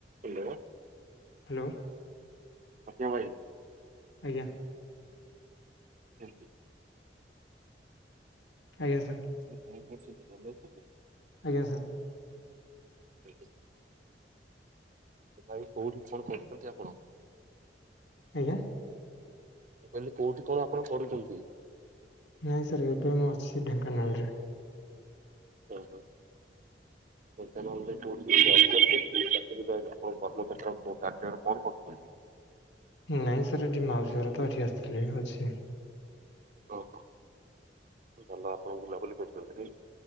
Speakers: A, on the right; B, on the left.
A: Hello.
B: Hello.
A: ଆଜ୍ଞା ଭାଇ।
B: ଆଜ୍ଞା।
A: କୁହନ୍ତୁ।
B: ଆଜ୍ଞା ସାର୍।
A: ତମେ କଁ କରଚନ୍ତି <unintelligible>
B: ଆଜ୍ଞା ସାର୍।
A: <inaudible> ଭାଇ କୋଉଠି କଣ କରୁଚନ୍ତି ଆପଣ?
B: ଆଜ୍ଞା।
A: କହିଲି କୋଉଠି କଣ ଆପଣ କରୁଚନ୍ତି?
B: ନାଇଁ ସାର୍ ଏବେ ମୁଁ ଅଛି ଢେଙ୍କାନାଳରେ।
A: ହୁଁ ହୁଁ। ଆପଣ <unintelligible> ଜବ କରୁଚନ୍ତି, ଚାକିରୀ <unintelligible> ଆପଣଙ୍କ କର୍ମକ୍ଷେତ୍ର କ କାର୍ଯ୍ୟରେ କଣ କରୁଚନ୍ତି?
B: ନାଇଁ ସାର୍ ଏଠି ମାଉସୀ ଘର ତ ଏଠି ଆସିଥିଲି ଅଛି।
A: ଓହୋ ଭଲ ଆପଣ ବୁଲାବୁଲି କରୁଚନ୍ତି ନାଇଁ।